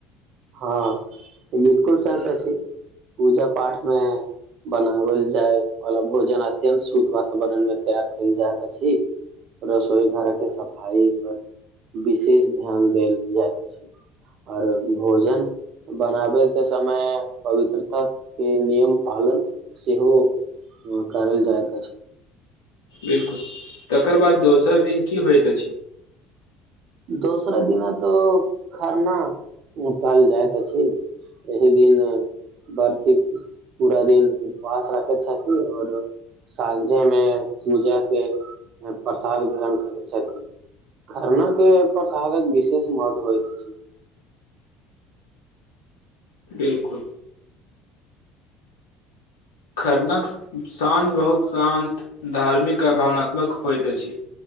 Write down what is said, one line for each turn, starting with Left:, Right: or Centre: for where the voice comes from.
Right: हाँ बिलकुल सच अछि, पूजा-पाठ मे बनावल जाय वाला भोजन अत्यंत शुद्ध वातावरण मे तैयार कैल जाएत अछि, रसोई घर के सफाई पर विशेष ध्यान देल जाएत अछि और भोजन बनाबे के समय पवित्रता के नियम पालन सेहो करल जाएत अछि।
Left: बिलकुल तकर बाद दोसर दिन की होएत अछि।
Right: दोसरा दिना तो खरना कहल जाएत अछि, एहि दिन व्रती पूरा दिन उपवास रखे छथि और साँझे मे पूजा के ए प्रसाद ग्रहण करै छथिन खरना के प्रसादक विशेष महत्व होएत अछि।
Left: बिलकुल। खरनाक साँझ बहुत शान्त, धार्मिक आ भावनात्मक होएत अछि,